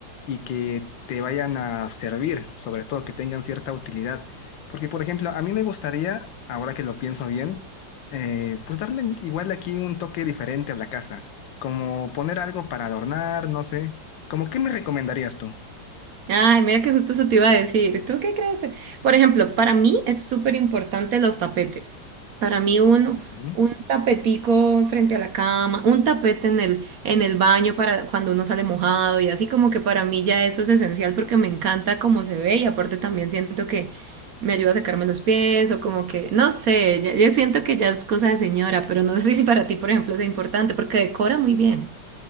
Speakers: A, on the left (about 80°); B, on the right (about 60°).
A: y que te vayan a servir, sobre todo que tengan cierta utilidad. Porque, por ejemplo, a mí me gustaría, ahora que lo pienso bien, eh, pues darle igual aquí un toque diferente a la casa, como poner algo para adornar, no sé. ¿Cómo qué me recomendarías tú?
B: Ay, mira que justo eso te iba a decir. ¿Tú qué crees? Por ejemplo, para mí es súper importante los tapetes. Para mí un,
A: Ujú.
B: un tapetico frente a la cama, un tapete en el, en el baño para cuando uno sale mojado y así como que para mí ya eso es esencial porque me encanta cómo se ve y aparte también siento que me ayuda a secarme los pies o como que, no sé, yo, yo siento que ya es cosa de señora, pero no sé si para ti, por ejemplo, es importante porque decora muy bien.